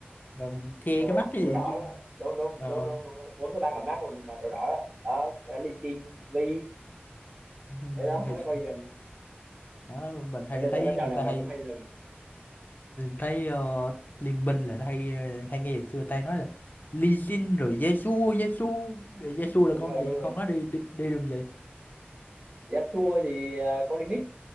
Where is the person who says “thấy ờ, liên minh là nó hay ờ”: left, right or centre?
Left